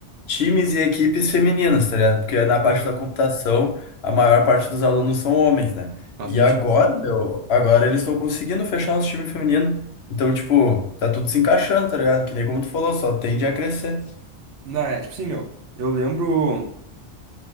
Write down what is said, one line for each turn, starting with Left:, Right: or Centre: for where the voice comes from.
Left: times e equipes femininas, tá ligado? Porque na parte
Right: sim.
Left: da computação, a maior parte dos alunos são homens, né?
Right: Faz
Left: E
Right: sentido.
Left: agora, meu, agora eles estão conseguindo fechar nosso time feminino. Então, tipo, tá tudo se encaixando, tá ligado? Que nem como tu falou, só tende a crescer.
Right: Não, é, tipo assim, meu, eu lembro